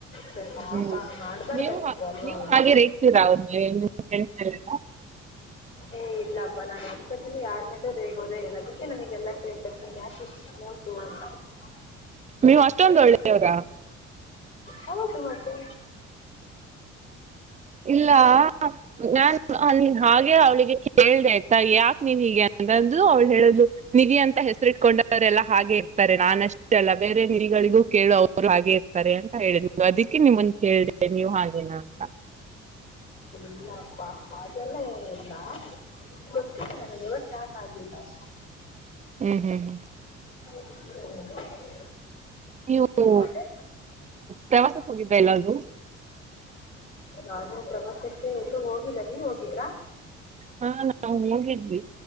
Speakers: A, on the left; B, on the right.
A: ಸರಿ ಪಾಪ
B: ಹ್ಮ್
A: ಹಂಗ್ ಮಾಡ್ಬಾರ್ದಾಗಿತ್ತು
B: ನೀವು ಹಾಗೆ
A: ಅಲ್ವಾ
B: ನೀವು
A: ಅವನು
B: ಹಾಗೆ ರೇಗ್ತೀರಾ ಅವೇ ನಿಮ್ಮ ಫ್ರೆಂಡ್ ಮೇಲೆ ಎಲ್ಲಾ - <inaudible>
A: ಏ ಇಲ್ಲಪ್ಪ ನಾನು ಅನ್ಕೋತೀನಿ ಯಾರ ಮೇಲೊ ರೇಗೋದೇ ಇಲ್ಲ ಅದಕ್ಕೆ ನನಗೆಲ್ಲ ಕೇಳ್ತಿತಿತ್ತಾರೆ ನೀನು ಯಾಕ ಈಸ್ಟ್ ಸ್ಮಾರ್ಟ್ <inaudible>
B: ನೀವ್ ಅಷ್ಟೊಂದ ಒಳ್ಳೆವ್ರ??
A: ಹೌದು ಮತ್ತೆ.
B: ಇಲ್ಲ. ನಾನ್ ಅಂದ ಹಾಗೆ ಅವ್ಳಿಗೆ ಕೇಳ್ದೆ ಆಯ್ತಾ ಯಾಕ ನೀನ್ ಹೀಗೆ ಅಂತು ಅವ್ಳು ಹೇಳಿದ್ಲು ನಿಧಿ ಅಂತ ಹೆಸರಿ ಇಟ್ಕೊಂಡವರೆಲ್ಲ ಹಾಗೆ ಇರ್ತಾರೆ ನಾನ ಅಷ್ಟೇ ಅಲ್ಲ ಬೇರೆ ನಿಧಿಗಳಿಗೂ ಕೇಳು ಅವ್ರು ಅವರು ಹಾಗೆ ಇರ್ತಾರೆ ಅಂತ ಹೇಳಿದ್ಲು ಅದಕ್ಕೆ ನಿಮ್ಮಗೆ ಕೇಳಿದೆ ನೀವು ಹಾಗೇನಾ ಅಂತ
A: ಇಲ್ಲಪ್ಪ ಅದೆಲ್ಲ ಏನಿಲ್ಲ ಗೊತ್ತಿಲ್ಲ ನಂಗ <unintelligible> ಚಾ ಮಾಡಿ ಲಾಸ್ಟ್.
B: ಹ್ಮ್ ಹ್ಮ್.
A: <unintelligible>
B: ನೀವು
A: ಮತ್ತೆ
B: ಪ್ರವಾಸಕ್ಕೆ ಹೋಗಿದ್ದಲ್ಲ ಅದು
A: ನಾನು ಪ್ರವಾಸಕ್ಕೆ ಎಲ್ಲೂ ಹೋಗಿಲ್ಲ ನೀವ ಹೋಗಿಲ್ಲ?
B: ಹಾ ನಾವು ಹೋಗಿದ್ವಿ.